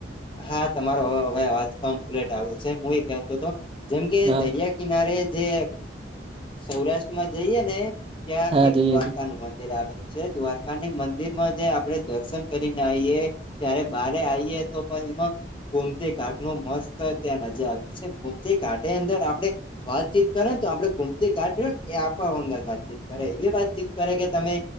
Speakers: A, on the left; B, on the right.
A: હા તમારો હવે અવાજ કમ્પ્લીટ આવ્યો છે હું એ કતો હતો જેમકે
B: હા
A: દરિયા કિનારે જે સૌરાષ્ટ્ર માં જઈએ ને ત્યાં
B: હા
A: એક
B: જઈએ
A: દ્વારકા
B: જઈએ
A: નું મંદિર આવેલ દ્વારકાની મંદિર માં જ આપડણે દર્શન કરીને આવીઈએ ત્યારે બારે આવીઈએ તો પણ એમાં ગોમતી ઘાટ નો મસ્ત ત્યાં નજર આવેલી છે ગોમતી ઘાટની અંદર આપણે વાતચીત કરે ને તો આપડે ગુમતી કાઢ ને એ આપવા વંગ વાતચીત કરે એવી વાતચીત કરે કે તમે